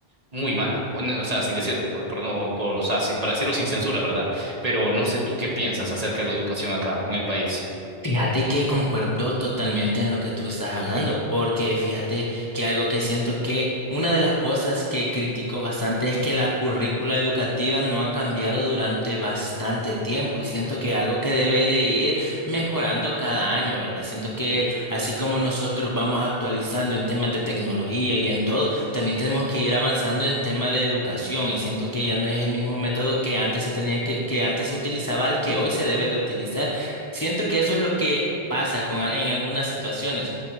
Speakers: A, on the right; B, on the left.
A: muy mala. O, no- o sea, sin decir, por, por no, por, o sea, sí, para decirlo sin censura, ¿verdad? Pero no sé tú qué piensas acerca de la educación acá en el país.
B: Fíjate que concuerdo totalmente en lo que tú estás hablando, porque fíjate que algo que siento que una de las cosas que critico bastante es que la currícula educativa no ha cambiado durante bastante tiempo y siento que algo que debe de ir mejorando cada año, ¿verdad? Siento que así como nosotros vamos actualizando en temas de tecnología y en todo, también tenemos que ir avanzando en temas de educación y siento que ya no es el mismo método que antes se tenía que, que antes se utilizaba al que hoy se debe de utilizar Siento que eso es lo que pasa con, a- en algunas situaciones,